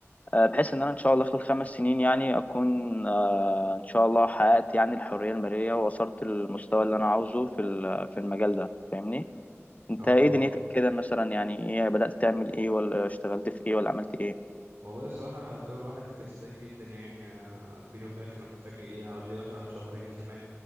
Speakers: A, on the left; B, on the right.
A: آه، بحيث ان انا ان شاء الله خلال خمس سنين يعني اكون آه، ان شاء الله حققت يعني الحرية المالية ووصلت للمستوى اللي انا عاوزه في ال- في المجال ده فاهمني انت
B: اه
A: ايه
B: اه
A: دنيتك كده مثلا يعني ايه بدأت تعمل ايه ولا اشتغلت في ايه ولا عملت ايه
B: والله الصراحه يا سلوم الواحد كسلان جدا يعني انا بيني وبينك انا محتاج ايه اقعد لي مثلا شهرين كمان